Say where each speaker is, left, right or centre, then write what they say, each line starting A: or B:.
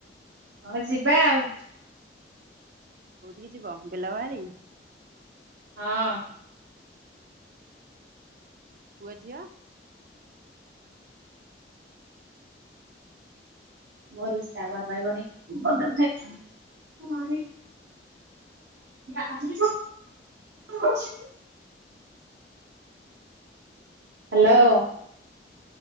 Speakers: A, on the right (about 85°); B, on the right (about 50°).
A: ହଁ ଯିବା ଆଉ।
B: କୋଉଠିକି ଯିବ ବେଲବାହାଲି।
A: ହଁ।
B: ପୁଅ ଝିଅ।
A: ମୋର ଏଠି ଟାୱର ପାଇବନି ପଦା କୁ ଯାଏ। ଖାଇ <unintelligible> ଛି। ହ୍ୟାଲୋ।